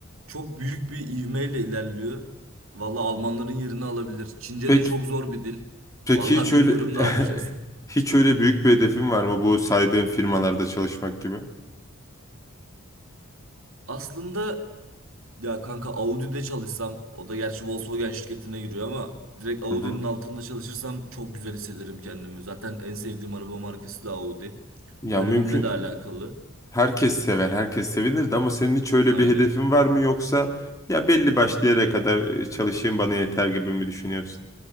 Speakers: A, on the right (about 70°); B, on the left (about 15°).
A: çok büyük bir ivmeyle ilerliyor. Valla Almanların yerini alabilir. Çince
B: Peki,
A: de çok zor bir dil.
B: peki
A: Valla
B: hiç
A: bilmiyorum
B: öyle <laughs>
A: ne yapacağız.
B: hiç öyle büyük bir hedefin var mı bu saydığın firmalarda çalışmak gibi?
A: Aslında ya kanka Audi'de çalışsam, o da gerçi Volkswagen şirketine giriyor ama direkt Audi'nin
B: Hı hı.
A: altında çalışırsam çok güzel hissederim kendimi. Zaten en sevdiğim araba markası da Audi.
B: Ya
A: Bölümümle
B: mümkün
A: de alakalı.
B: Herkes sever, herkes sevinirdi ama senin hiç öyle
A: Aynen.
B: bir hedefin var mı yoksa ya belli başlı yere kadar e, çalışayım bana yeter gibi mi düşünüyorsun?